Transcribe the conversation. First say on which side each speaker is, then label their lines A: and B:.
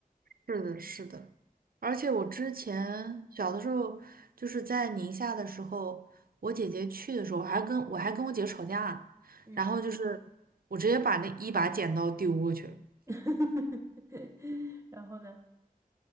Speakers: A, on the right (about 75°); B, on the right (about 20°).
A: 是的，是的，而且我之前小的时候，就是在宁夏的时候，我姐姐去的时候，还跟我还跟我姐吵架，
B: 嗯，
A: 然后就是我直接把那一把剪刀丢过去了，
B: <laughs> 然后呢，